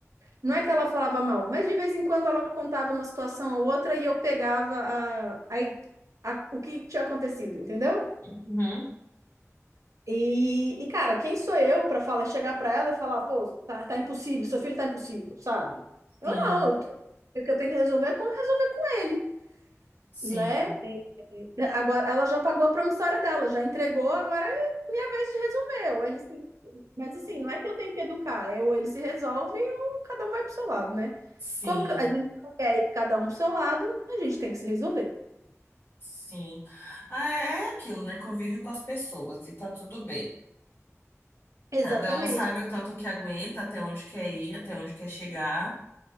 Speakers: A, on the right; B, on the left.
A: Não é que ela falava mal, mas de vez em quando ela contava uma situação ou outra e eu pegava a, a- a- o que tinha acontecido, entendeu?
B: uhum.
A: E, e, cara, quem sou eu para falar, chegar para ela e falar, pô, tá, tá impossível, seu filho tá impossível, sabe? Eu
B: Sim,
A: não, eu- o que eu tenho que resolver é com- resolver com ele,
B: sim,
A: né? Agora, ela já pagou a promissória dela, já entregou, agora é minha vez de resolver. Ou ele se... Mas assim, não é que eu tenho que educar, é ou ele se resolve ou cada um vai pro seu lado, né?
B: sim,
A: Como que a gente não quer ir cada um pro seu lado, a gente tem que se resolver.
B: sim. Ah, é é aquilo, né? Convive com as pessoas e tá tudo bem.
A: Exatamente.
B: Cada um sabe o tanto que aguenta, até onde quer ir, até onde quer chegar.